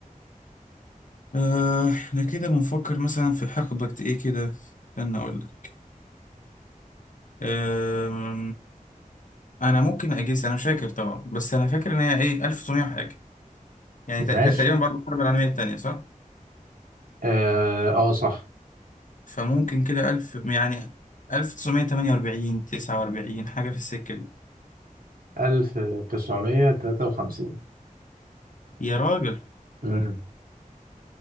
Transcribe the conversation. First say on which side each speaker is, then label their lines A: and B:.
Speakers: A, on the left; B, on the right.
A: آه احنا كده بنفكر مثلا في حقبة ايه كده استنى اقول لك آه انا ممكن اجيس انا مش فاكر طبعا بس انا فاكر ان هي ايه 1900 وحاجه يعني تق-
B: ماشي
A: كان تقريبا بعد الحرب العالميه الثانيه صح
B: اه آه، صح
A: فممكن كده 1000 يعني 1948 49 حاجه في السكه دي
B: 1953
A: يا راجل
B: امم